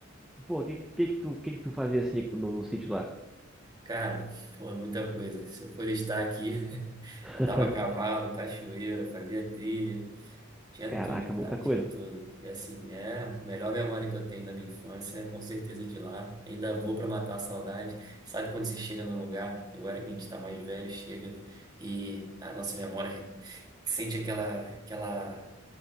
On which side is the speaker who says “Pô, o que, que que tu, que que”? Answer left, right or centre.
Centre